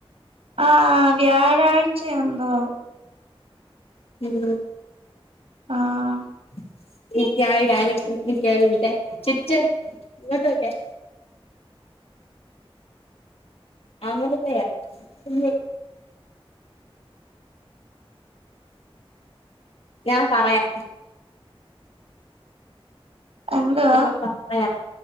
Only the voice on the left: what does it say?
<unintelligible>
<unintelligible> <unintelligible> ഞാൻ പറയാം
ഞാൻ പറയാം